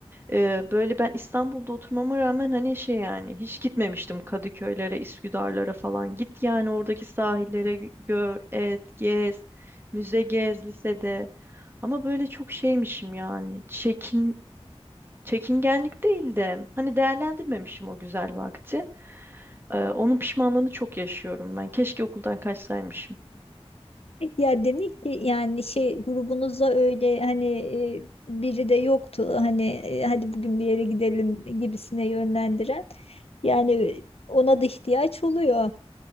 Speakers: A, on the right; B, on the left.
A: Ee, böyle ben İstanbul'da oturmama rağmen hani şey yani hiç gitmemiştim Kadıköylere, Üsküdarlara falan. Git yani oradaki sahillere gö- gör, et, gez, müze gez lisede. Ama böyle çok şeymişim yani. Çekin çekingenlik değil de hani değerlendirmemişim o güzel vakti. Ee, onun pişmanlığını çok yaşıyorum ben. Keşke okuldan kaçsaymışım.
B: Ya demek ki yani şey grubunuzda öyle hani e, biri de yoktu hani e, hadi bugün bir yere gidelim gibisine yönlendiren. Yani ona da ihtiyaç oluyor.